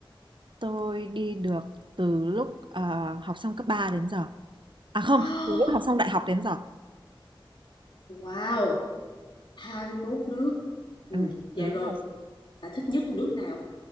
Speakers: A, on the right (about 60°); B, on the left (about 65°).
A: Tôi đi được từ lúc, ờ, học xong cấp 3 đến giờ. À, không,
B: <gasps>
A: từ lúc học xong đại học đến giờ.
B: Wow, 21 nước. Ừ,
A: Ừm,
B: vậy
A: từ lúc
B: rồi
A: là
B: bà thích nhất là nước nào?